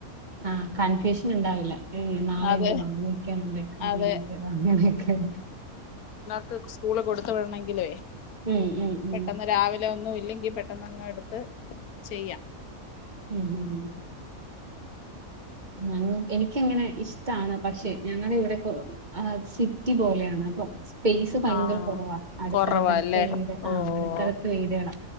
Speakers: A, on the right; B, on the left.
A: ആ കൺഫ്യൂഷൻ ഉണ്ടാവില്ല. ങ് നാളെ
B: അതെ
A: എന്ത് വാങ്ങിക്കണം വെക്കാൻ
B: അതെ
A: വേണ്ടിട്ട് അങ്ങനെക്കെ
B: ക്ക് സ്കൂള് കൊടു.. ങ്കിലേ
A: ഉം ഉം ഉം
B: പെട്ടെന്ന് രാവിലെ ല്ല ഒന്നും ഇല്ലങ്കി പെട്ടെന്ന് അങ്ങ് എ ത്ത് ചെയ്യാം
A: ഉം ഹും ഹും <unintelligible> എനി ഇക്ക്യങ്ങനെ ഇഷ്ടാണ്. പക്ഷെ ഞങ്ങളെ ഇവിടെ <unintelligible> ആ സിറ്റി പോലെയാണ്. അപ്പം സ്പേസ് ഭയങ്കര
B: ആഹ്
A: കുറവാ. അടുത്തടുത്തടുത്ത്
B: കൊറവാല്ലേ
A: വീട് ആഹ്
B: ഓഹ്
A: അടുത്തടുത്ത്
B: ഓഹ്
A: വീടുകളാ.